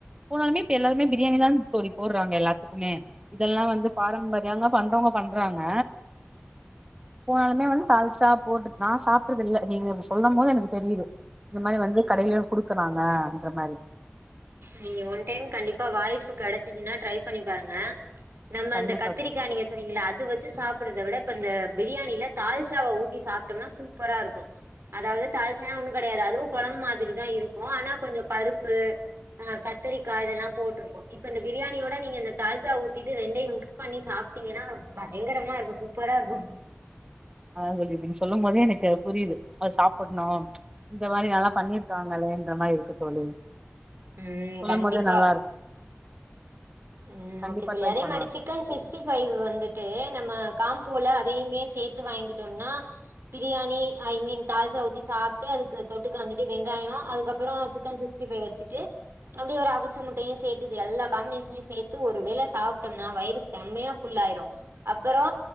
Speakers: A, on the right; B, on the right.
A: போனாலுமே இப்ப எல்லாருமே பிரியாணி தான் தோழி போடுறாங்க எல்லாத்துக்குமே இதெல்லாம் வந்து பாரம்பரியங்க பண்றவங்க பண்றாங்க போனாலுமே வந்து தால்சா போட்டு நான் சாப்ட்டது இல்ல நீங்க சொல்லும் போது எனக்கு தெரியுது இந்த மாதிரி வந்து கடையிலு குடுக்கறாங்கன்ற மாறி
B: நீங்க ஒன் டைம் கண்டிப்பா வாய்ப்பு கெடச்சிச்சுன்னா ட்ரை பண்ணி பாருங்க நம்ம
A: கண்டிப்பா
B: இந்த கத்தரிக்கா
A: தோழி
B: நீங்க சொல்றிங்கல்ல அது வச்சு சாப்பிறத விட இப்ப இந்த பிரியாணில தால்சாவை ஊத்தி சாப்ட்டம்னா சூப்பரா இருக்கும் அதாவது தால்சானா ஒன்னு கெடயாது அதுவும் கொழம்பு மாதிரிதா இருக்கு ஆனா கொஞ்சம் பருப்பு ஆ கத்தரிக்காய் இதெல்லாம் போட்ருக்கும் இப்ப இந்த பிரியாணியோட நீங்க இந்த தால்ச்சா ஊத்திட்டு ரெண்டயு மிக்ஸ் பண்ணி சாப்ட்டீங்கன்னா பயங்கரமா இருக்கு சூப்பரா இருக்கு
A: அ நீங்க சொல்லும் போதே எனக்கு புரியுது அது சாப்பிடணும் இந்த மாரி நல்லா பண்ணிருக்காங்களேன்ற மாரி இருக்கு தோழி
B: ம்
A: சொல்லும்
B: கண்டிப்பா
A: போதே நல்லா இருக்கு
B: ம்
A: கண்டிப்பா
B: ஓகே தோழி
A: ட்ரை
B: அதே
A: பண்ணலா
B: மாரி சிக்கன்
A: தோழி
B: சிக்ஸ்டி பைவ் வந்துட்டு நம்ப காம் ம்போல அதையுமே சேத்து வாங்கிட்டோம்னா பிரியாணி ஐ மீன் தால்ச்சாவூத்தி சாப்ட்டு அதுக்கு தொட்டுக்க வந்துட்டு வெங்காயம் அதுக்கப்பறோ சிக்கன் சிக்ஸ்டி பைவ் வச்சுட்டு அப்டியே ஒரு அவிச்ச முட்டையும் சேத்துடு எல்லா காம்பினேஷனையும் சேத்து ஒரு வேள சாப்பிட்டோம்னா வயிறு செம்மையா ஃபுல்லாயிரும் அப்பறோ